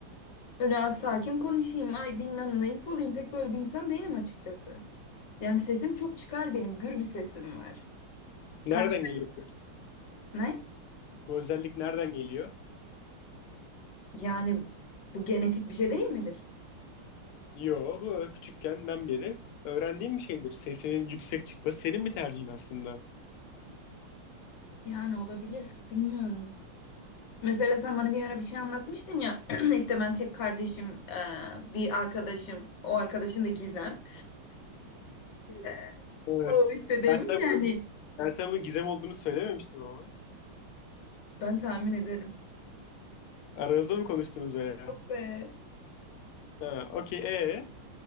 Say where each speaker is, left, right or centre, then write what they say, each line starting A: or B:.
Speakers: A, on the left; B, on the left.
A: Öyle "Aa, sakin konuşayım, ay bilmem naif olayım pek böyle bir insan değilim açıkçası. Yani sesim çok çıkar benim, gür bir sesim var.
B: Nereden
A: Kaç
B: geliyor peki?
A: ne?
B: Bu özellik nereden geliyor?
A: Yani bu genetik bir şey değil midir?
B: Yo bu küçükkenden beri öğrendiğim bir şeydir. Sesinin yüksek çıkması senin bir tercihin aslında.
A: Yani olabilir, bilmiyorum. Mesela sen bana bir ara bir şey anlatmıştın ya <clears throat> işte ben tek kardeşim, eee, bir arkadaşım, o arkadaşın da Gizem. <laughs>
B: Evet.
A: O işte demiş
B: Ben sana
A: yani
B: bunun, ben sana bunun gizem olduğunu söylememiştim ama.
A: ben tahmin ederim.
B: Aranızda mı konuştunuz veya?
A: Yok be.
B: Ha, okey. Ee?